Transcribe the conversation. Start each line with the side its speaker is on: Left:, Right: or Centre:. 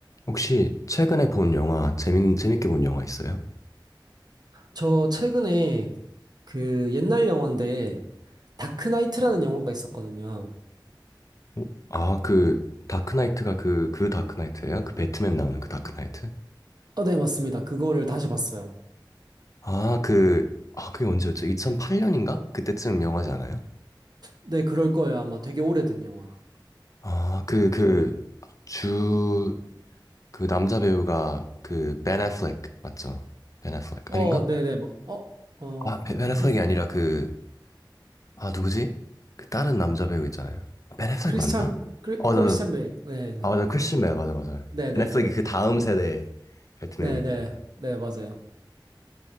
Left: 혹시 최근에 본 영화, 재밌, 재밌게 본 영화 있어요?
Right: 저 최근에 그 옛날 영화인데 다크나이트라는 영화가 있었거든요.
Left: 어? 아, 그, 다크나이트가 그, 그 다크나이트예요? 그 배트맨 나오는 그 다크나이트?
Right: 어, 네, 맞습니다. 그거를 다시 봤어요.
Left: 아, 그, 아, 그게 언제였죠? 2008년인가? 그때쯤 영화지 않아요?
Right: 네, 그럴 거예요. 아마 되게 오래된 영화.
Left: 아, 그, 그,
Right: 네.
Left: 주, 그 남자 배우가 그, 벤 애플렉, 맞죠? 벤 애플렉,
Right: 어,
Left: 아닌가?
Right: 네, 네. 뭐, 어, 어,
Left: 아, 벤, 벤 애플렉이
Right: 그-
Left: 아니라 그, 아, 누구지? 그 다른 남자 배우 있잖아요. 벤 애플렉
Right: 크리스찬
Left: 맞나?
Right: 크리,
Left: 어,
Right: 크리스찬
Left: 나,
Right: 베일. 네,
Left: 아 맞아 크리스맨 맞아 맞아
Right: 네, 네,
Left: 넷플릭이
Right: 네,
Left: 그
Right: 네,
Left: 다음 세대 배트맨이고
Right: 네, 네, 네, 네, 맞아요.